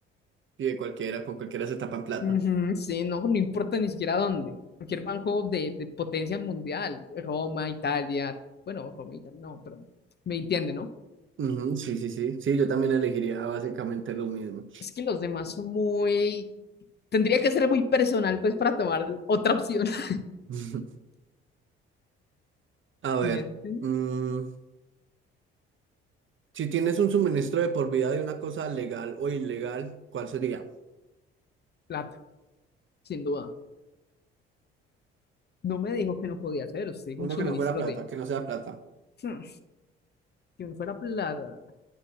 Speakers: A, on the right; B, on the left.
A: Y de cualquiera, con cualquiera se tapan plata.
B: Ujú, sí, no, no importa ni siquiera dónde. Cualquier banco de, de potencia mundial. Roma, Italia. Bueno, Roma, Italia, no, pero me entiende, ¿no?
A: Ujú, sí, sí, sí. Sí, yo también elegiría básicamente lo mismo.
B: Es que los demás son muy... Tendría que ser muy personal, pues, para tomar otra opción. <laughs>
A: <laughs> A ver,
B: Siguiente.
A: mm, si tienes un suministro de por vida de una cosa legal o ilegal, ¿cuál sería?
B: Plata, sin duda. No me dijo que no podía hacer. Usted dijo
A: Uno
B: un suministro
A: que no fuera plata,
B: de...
A: que no sea plata.
B: Hmm, Si uno fuera plata.